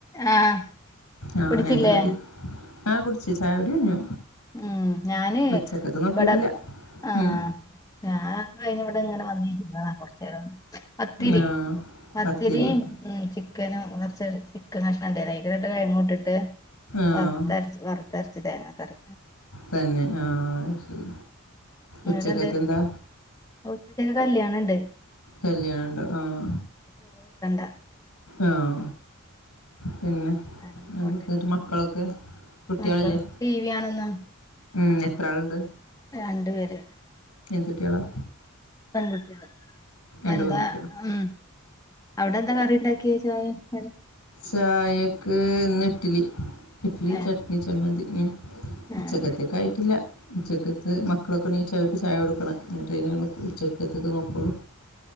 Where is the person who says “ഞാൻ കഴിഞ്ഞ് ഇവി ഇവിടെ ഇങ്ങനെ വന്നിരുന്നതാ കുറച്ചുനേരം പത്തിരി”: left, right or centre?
Left